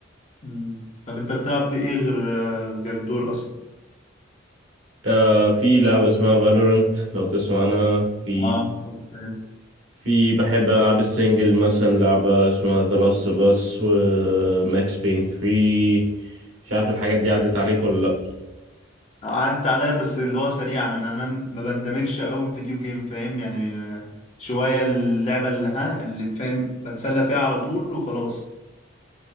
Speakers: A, on the left; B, on the right.
A: مم. طب انت بتلعب بايه غير آه، غير دول اصلا
B: آه في لعبة اسمها فالورنت لو تسمع عنها في
A: اه اوكي
B: في بحب ألعاب السنجل مثلا لعبة اسمها The Last of Us و Max Payne 3 مش عارف الحاجات دي عدت عليك ولا لأ
A: عدت عليا بس اللي هو سريعا ان انا ما بندمجش قوي الفيديو جيم فاهم يعني آه، شويه اللعبه اللي ها اللي فاهم بتسلى فيها على طول وخلاص